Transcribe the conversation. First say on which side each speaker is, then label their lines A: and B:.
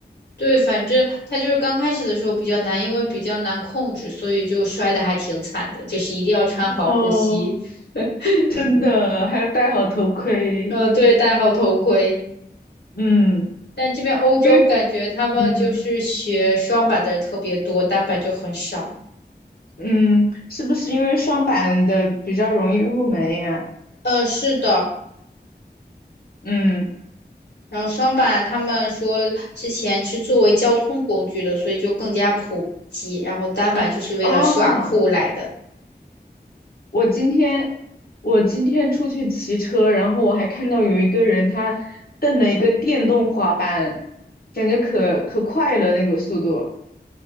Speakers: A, on the left; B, on the left.
A: 对，反正他就是刚开始的时候比较难，因为比较难控制，所以就摔的还挺惨的，就是一定要穿好护膝，
B: 哦，
A: <laughs>
B: 真的，还要戴好头盔。
A: 嗯，对，戴好头盔。
B: 嗯，
A: 但这边欧洲感觉他们就是学双板的人特别多，
B: 因为嗯
A: 单板就很少。
B: 嗯，是不是因为双板的比较容易入门呀？
A: 嗯，是的，
B: 嗯，
A: 然后双板他们说之前是作为交通工具的，所以就更加普及。然后单板就是为了耍酷来的
B: 哦。我今天我今天出去骑车，然后我还看到有一个人他蹬了一个电动滑板，感觉可可快了那个速度，